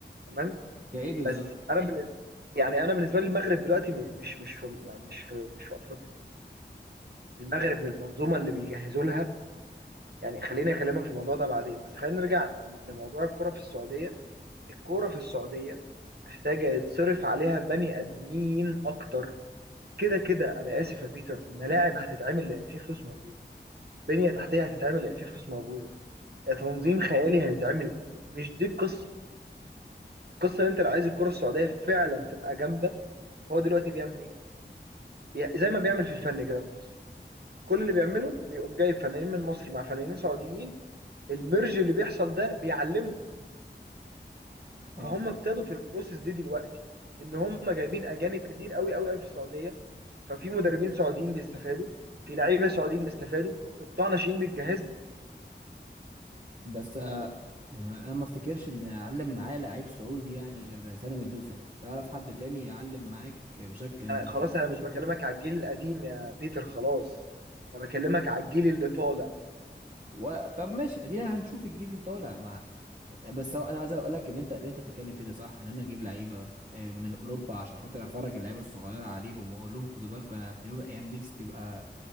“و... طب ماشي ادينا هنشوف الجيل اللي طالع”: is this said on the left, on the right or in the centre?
Right